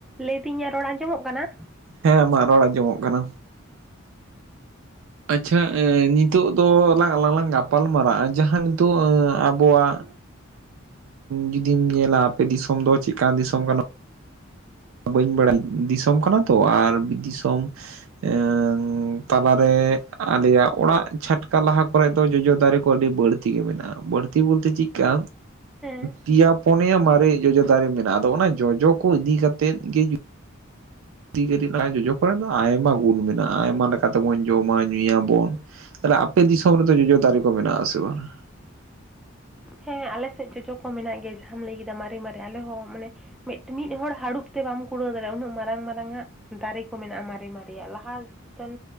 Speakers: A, in the centre; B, on the right.
A: ᱞᱟᱹᱭ ᱫᱤᱧ ᱨᱚᱲ ᱟᱸᱡᱚᱢᱚᱜ ᱠᱟᱱᱟ?
B: ᱦᱮᱸ ᱟᱢᱟᱜ ᱨᱚᱲ ᱟᱸᱡᱚᱢᱚᱜ ᱠᱟᱱᱟ᱾ ᱟᱪᱪᱷᱟ ᱱᱤᱛᱚᱜ ᱫᱚ ᱞᱟᱝ ᱟᱞᱟᱝ ᱟᱞᱟᱝ ᱜᱟᱯᱟᱞ ᱢᱟᱨᱟᱜᱼᱟ ᱡᱟᱦᱟᱸ ᱱᱤᱛᱚᱜ ᱟᱵᱚᱣᱟᱜ ᱡᱩᱫᱤᱧ ᱧᱮᱞᱟ ᱟᱯᱮ ᱫᱤᱥᱚᱢ ᱫᱚ ᱪᱮᱫᱠᱟ ᱫᱤᱥᱚᱢ ᱠᱟᱱᱟ? ᱵᱟᱹᱧ ᱵᱟᱲᱟᱭᱟ ᱫᱤᱥᱚᱢ ᱠᱟᱱᱟ ᱛᱚ ᱟᱨ ᱫᱤᱥᱚᱢ ᱮᱸᱝ ᱛᱟᱞᱟᱨᱮ ᱟᱞᱮᱭᱟᱜ ᱚᱲᱟᱜ ᱪᱷᱟᱴᱠᱟ ᱞᱟᱦᱟ ᱠᱚᱨᱮ ᱫᱚ ᱡᱚᱡᱚ ᱫᱟᱨᱮ ᱠᱚ ᱟᱹᱰᱤ ᱵᱟᱹᱲ ᱛᱤᱜᱮ ᱢᱮᱱᱟᱜᱼᱟ ᱵᱟᱹᱲᱛᱤ ᱵᱚᱞᱛᱮ ᱪᱤᱜ ᱠᱟ
A: ᱦᱮᱸ
B: ᱯᱤᱫᱭᱟ ᱯᱩᱱᱭᱟ ᱢᱟᱨᱮ ᱡᱚᱡᱚ ᱫᱟᱨᱮ ᱢᱮᱱᱟᱜᱼᱟ ᱟᱫᱚ ᱚᱱᱟ ᱡᱚᱡᱚ ᱠᱚ ᱤᱫᱤ ᱠᱟᱛᱮ ᱜᱮ ᱡᱩ ᱫᱤ ᱠᱟᱴᱤᱡ ᱱᱟ-ᱟᱭ ᱡᱚᱡᱚ ᱠᱚᱨᱮ ᱫᱚ ᱟᱭᱢᱟ ᱜᱩᱱ ᱢᱮᱱᱟᱜᱼᱟ ᱟᱭᱢᱟ ᱞᱮᱠᱟ ᱛᱮᱵᱚᱱ ᱡᱚᱢᱟ ᱧᱩᱭᱟᱵᱚᱱ᱾ ᱛᱟᱞᱦᱮ ᱟᱯᱮ ᱫᱤᱥᱚᱢ ᱨᱮᱫᱚ ᱡᱚᱡᱚ ᱫᱟᱨᱮ ᱠᱚ ᱢᱮᱱᱟᱜᱼᱟ ᱥᱮ ᱵᱟᱝᱟ?
A: ᱦᱮᱸ ᱟᱞᱮ ᱥᱮᱫ ᱡᱚᱡᱚ ᱠᱚ ᱢᱮᱱᱟᱜ ᱜᱮᱭᱟ ᱡᱟᱦᱟᱸᱢ ᱞᱟᱹᱭ ᱠᱮᱫᱟ ᱢᱟᱨᱮ ᱢᱟᱨᱮ ᱟᱞᱮ ᱦᱚᱸ ᱢᱟᱱᱮ ᱢᱮᱜᱴᱮᱱᱤᱡ ᱦᱚᱲ ᱦᱟᱹᱨᱩᱵ ᱛᱮ ᱵᱟᱢ ᱠᱩᱲᱟᱹᱣ ᱫᱟᱲᱮᱭᱟᱜᱼᱟ ᱩᱱᱟᱹᱜ ᱢᱟᱨᱟᱝ ᱢᱟᱨᱟᱝᱟᱜ ᱫᱟᱨᱮ ᱠᱚ ᱢᱮᱱᱟᱜᱼᱟ ᱢᱟᱨᱮ ᱢᱟᱨᱮᱭᱟᱜ ᱞᱟᱦᱟᱛᱮᱱ